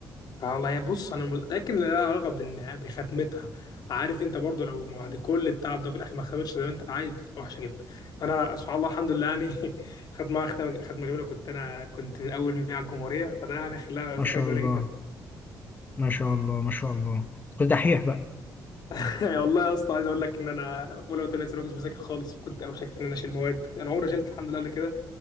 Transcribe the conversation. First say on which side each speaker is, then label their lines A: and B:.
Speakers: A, on the left; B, on the left.
A: على الله يا بص انا متاكد ان لها علاقه بإن- بختمتها عارف انت برضه لو بعد كل التعب ده في الاخر ما ختمتش زي ما انت عايز بتبقى وحشه جدا فانا سبحان الله الحمد لله يعني <laughs> خدت معاها ختمه ختمه جميله كنت انا كنت من اول 100 على الجمهوريه فده يعني خلاها ذكريات
B: ما شاء
A: جميله
B: الله
A: جدا
B: ما شاء الله ما شاء الله كنت دحيح بقى
A: <laughs> يعني والله يا اسطى عايز اقول لك ان انا في اولى وثانيه ثانوي كنت بذاكر خالص كنت اوشكت ان انا اشيل مواد انا عمري ما شلت الحمد لله قبل كده